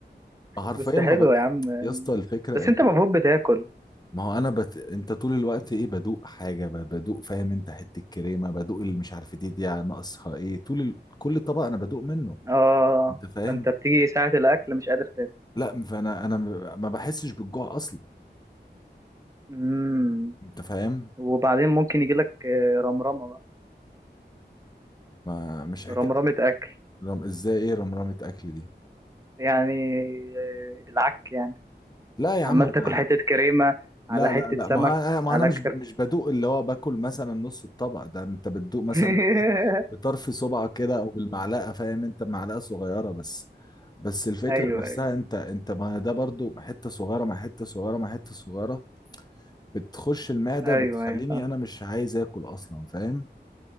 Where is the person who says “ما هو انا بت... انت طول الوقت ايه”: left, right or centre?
Left